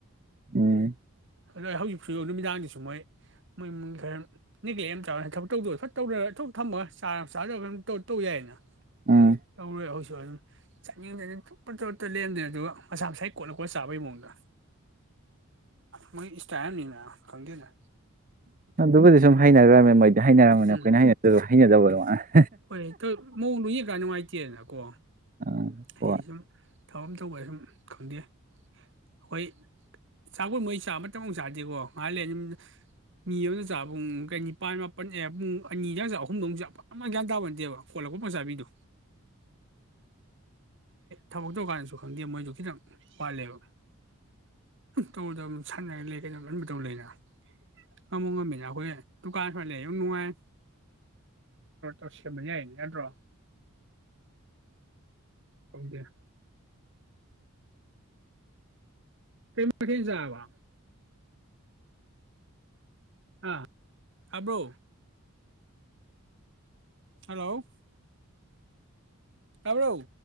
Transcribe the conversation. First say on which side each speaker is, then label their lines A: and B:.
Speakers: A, on the right; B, on the right.
A: ꯎꯝ
B: ꯑꯗꯣ ꯑꯩ ꯍꯧꯖꯤꯛ ꯐ ꯅꯨꯃꯤꯗꯥꯡꯗꯨꯁꯨ ꯃꯣꯏ ꯃꯣꯏ ꯃꯤ ꯈꯔ ꯅꯦꯒ꯭ꯂꯦꯛ ꯑꯃ ꯆꯥꯎꯔ ꯊꯕꯛ ꯇꯧꯗꯣꯏꯔ ꯐꯠ ꯇꯧꯗꯔꯣꯛ ꯊꯝꯃꯒ ꯆ ꯆꯥꯔꯧꯔ ꯇꯧ ꯌꯥꯏꯌꯦꯅ
A: ꯎꯝ
B: <unintelligible> <unintelligible> <unintelligible> <unintelligible> ꯑꯗꯨꯒ ꯃꯁꯥ ꯃꯁꯥ ꯀꯣꯠꯅ ꯀꯣꯠ ꯆꯥꯕꯩ ꯃꯑꯣꯡꯗ ꯃꯣꯏ ꯏꯁꯇꯥꯏꯜ ꯑꯃꯅꯤꯅꯤꯅ ꯈꯪꯗꯦꯗ
A: ꯑꯗꯨꯕꯨꯗꯤ ꯁꯨꯝ ꯍꯩꯅꯒꯔ꯭ꯃꯤꯅꯥ ꯃꯣꯏ ꯍꯩꯅꯔꯝꯃꯅꯤ
B: ꯎꯝ
A: ꯑꯩꯈꯣꯏꯅ ꯍꯩꯅꯗꯔ꯭ꯁꯨ ꯍꯩꯅꯗꯕꯗꯣ ꯑ
B: ꯍꯣꯏ ꯃꯑꯣꯡꯗ ꯌꯦꯡꯀ ꯅꯨꯡꯉꯥꯏꯇꯦꯗꯅꯀꯣ
A: ꯑ
B: ꯑꯩꯁꯨꯨꯝ
A: ꯍꯣꯏ
B: ꯊꯕꯛ ꯑꯃ ꯇꯧꯕ ꯁꯨꯝ ꯈꯪꯗꯦ ꯑꯩꯈꯣꯏ ꯆꯥꯛꯀꯣꯏ ꯃꯩ ꯆꯥꯕꯃꯨꯛ ꯆꯥꯗꯦꯀꯣ ꯉꯍꯥꯟ ꯂꯩ ꯌ ꯃꯤ ꯑꯃꯗ ꯆꯥ ꯄꯨꯡ ꯀꯩ ꯅꯤꯄꯥꯥꯟ ꯃꯥꯄꯜ ꯄꯨꯡ ꯑꯅꯤꯒ ꯆ ꯑꯍꯨꯝꯗꯧꯨꯛ ꯆ ꯑꯃ ꯒ꯭ꯌꯥꯟ ꯇꯥꯕ ꯅꯠꯇꯦꯕ ꯀꯣꯠꯂꯛꯄ ꯃꯆꯥꯕꯤꯗꯣ ꯊꯕꯛ ꯇꯧꯀꯥꯟꯗꯁꯨ ꯈꯪꯗꯦ ꯃꯣꯏꯁꯨ ꯈꯤꯇꯪ ꯋꯥꯠꯂꯦꯕ ꯇꯧꯗꯕ ꯑꯗꯨ ꯁꯥꯟꯅꯔ ꯂꯩ ꯀꯩꯝ ꯑꯟꯕ ꯇꯧ ꯂꯩꯅ ꯉꯝꯃ ꯉꯝꯃꯤꯅ ꯑꯩꯈꯣꯏ ꯗꯨꯀꯥꯟꯁꯨꯋꯥ ꯂꯩ ꯌꯥꯝ ꯅꯨꯡꯉꯥꯏ ꯧ ꯁꯦꯝꯕ ꯌꯥꯏꯌꯦ ꯌꯥꯗ꯭ꯔꯣ ꯇꯥꯎꯗꯦ ꯀꯩꯃꯖꯕ ꯑꯥ ꯍꯥꯕ꯭ꯔꯣ ꯍꯜꯂꯣ ꯇꯕ꯭ꯔꯎ